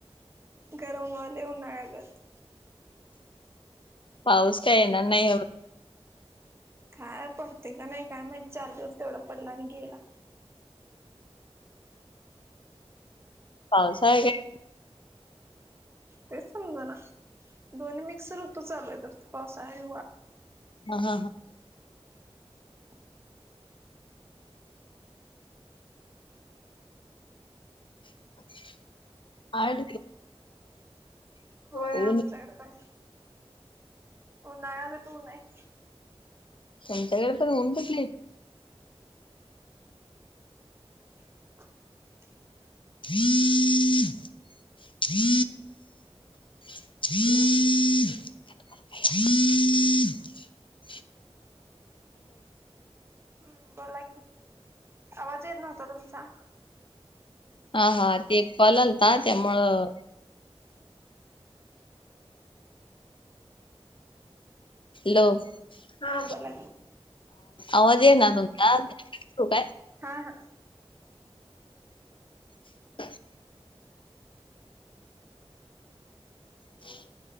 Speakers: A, on the right; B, on the left.
A: गरम वाले उन्हाळगत
B: पाऊस का येणार नाही ह
A: काय पडते का नाही काय माहि चार दिवस तेवढा पडला आणि गेला.
B: पावसाळा काय?
A: ते समजा ना दोन् मिक्स रूप तू चाल तर पासा आहे.
B: हा हां हां.
A: <inaudible>
B: <inaudible> आठ दिवस
A: होय आमच्याकड
B: ऊन
A: का हो नाग तू नाहीय
B: संंत्यागड प होऊन बली
A: <inaudible>
B: थ्री थ्री. हम् हम्.
A: हम् बोला कि आवाज येत नव्हता तुमचा..
B: हा हा ते एक पलनता त्यामुळं लो हा
A: बोला की.
B: आवाज ये ना तुमचाू काय
A: हा हा
B: <inaudible> <inaudible>